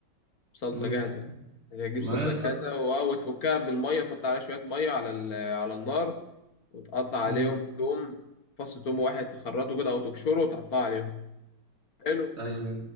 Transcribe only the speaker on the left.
صلصة
جاهزة هتجيب صلصة
جاهزة و- وتفكها بالمية تحط عليها شوية مية على ال- على النار وتقطع عليهم
توم فص توم واحد تخرطه كده أو تبشره وتقطعه عليهم حلو